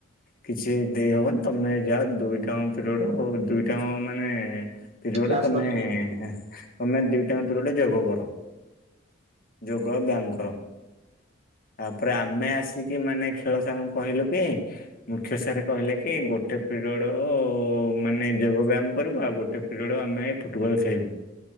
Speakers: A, on the left; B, on the right.
A: କିଛି ଦେଇ ହବନି ତମେ ଯାଅ ଦୁଇଟା ଆଙ୍କ ପିରିୟଡ଼ ‌। ତ ଦୁଇଟା ଆଙ୍କ ମାନେ ପରିଓଡ଼
B: କ୍ଲାସ
A: ତମେ।
B: କରିକି ହୁଁ
A: ତମେ ଦୁଇଟାଙ୍କ ପିରିୟଡ ଯୋଗ କର ଯୋଗ ଆଉ ବ୍ୟାମ କର। ତାପରେ ଆମେ ଆସିକି ମାନେ ଖେଳ ସାର୍ ଙ୍କୁ କହିଲୁ କି? ମୁଖ୍ୟ ସାରେ କହିଲେ କି ଗୋଟେ ପିରିୟଡ଼। ମାନେ ଯୋଗ ବ୍ୟାୟାମ କରିବୁ ଆଉ ଗୋଟେ ପିରିୟଡ ଆମେ ଫୁଟବଲ୍ ଖେଳିବୁ।